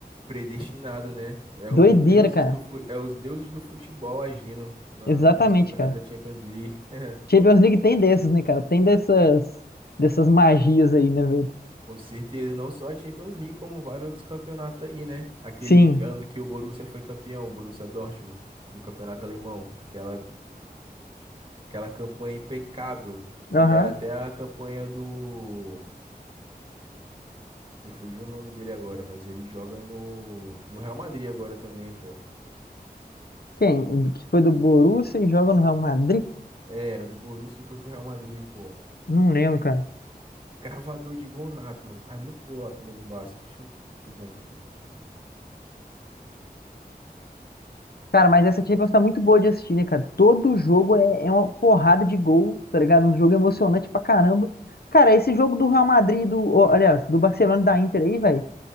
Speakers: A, on the right; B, on the left.
A: Predestinado, né? É
B: Doideira,
A: os deuses
B: cara.
A: do, fu- é os deuses do futebol agindo na,
B: Exatamente,
A: nos campeonatos
B: cara.
A: da Champions League. <laughs>
B: Champions League tem dessas, né, cara? Tem dessas dessas magias aí, né, velho?
A: Com certeza, não só a Champions League, como vários outros campeonatos aí, né? Aquele
B: Sim.
A: que- ano que o Borussia foi campeão, o Borussia Dortmund, do campeonato alemão. Aquela, aquela campanha impecável, que
B: Aham.
A: era até a campanha do. Me fugiu o nome dele agora, mas ele joga no, no Real Madrid agora também, pô.
B: Quem? O Que foi do Borussia e joga no Real Madrid?
A: É, era do Borussia e foi pro Real Madrid, pô.
B: Não lembro, cara.
A: Cravador de gol nato, mano. Faz muito gol lá também no Barça. Deixa eu pesquisar aqui, mano. É,
B: Cara, mas essa Champions tá muito boa de assistir, né, cara? Todo jogo é, é uma porrada de gol, tá ligado? Um jogo emocionante pra caramba. Cara, esse jogo do Real Madrid, do, ó, aliás, do Barcelona e da Inter aí, velho.